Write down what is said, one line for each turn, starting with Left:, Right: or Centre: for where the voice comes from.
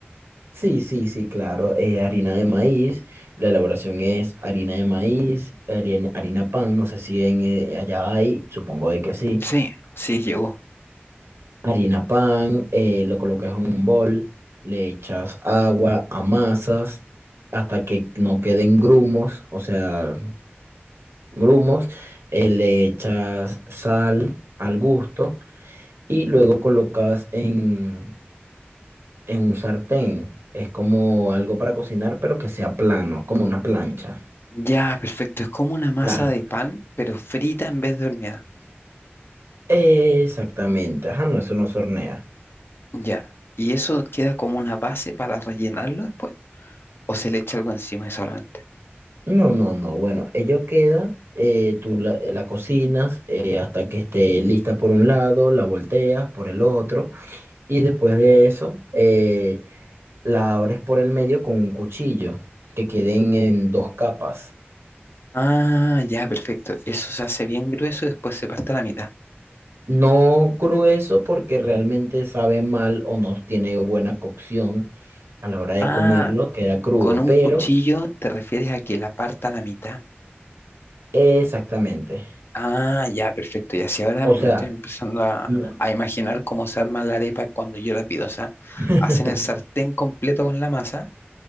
Right: Sí, sí, sí, claro. eh, harina de maíz. La elaboración es harina de maíz, harina, harina pan. No sé si en, eh, allá hay, supongo de que sí.
Left: Sí, sí, llegó.
Right: Harina pan, eh, lo colocas en un bol, le echas agua, amasas hasta que no queden grumos, o sea, grumos, eh, le echas sal al gusto y luego colocas en, en un sartén. Es como algo para cocinar, pero que sea plano, como una plancha.
Left: Ya, perfecto. Es como una masa
Right: Mm. La...
Left: de pan, pero frita en vez de horneada.
Right: Exactamente, ajá, no, eso no se hornea.
Left: Ya. ¿Y eso queda como una base para rellenarlo después? ¿O se le echa algo encima solamente?
Right: No, no, no, bueno, ello queda, eh, tú la, la cocinas eh, hasta que esté lista por un lado, la volteas por el otro y después de eso... eh, la abres por el medio con un cuchillo, que queden en dos capas.
Left: Ah, ya, perfecto. Eso se hace bien grueso y después se parte a la mitad.
Right: No grueso porque realmente sabe mal o no tiene buena cocción a la hora de
Left: Ah,
Right: comerlo, queda crudo,
Left: con un
Right: pero
Left: cuchillo te refieres a que la parta a la mitad.
Right: exactamente.
Left: Ah, ya, perfecto. Y así ahora
Right: O
Left: me
Right: sea,
Left: estoy empezando a,
Right: no.
Left: a imaginar cómo se arma la arepa cuando yo la pido. O sea,
Right: <laughs>
Left: hacen el sartén completo con la masa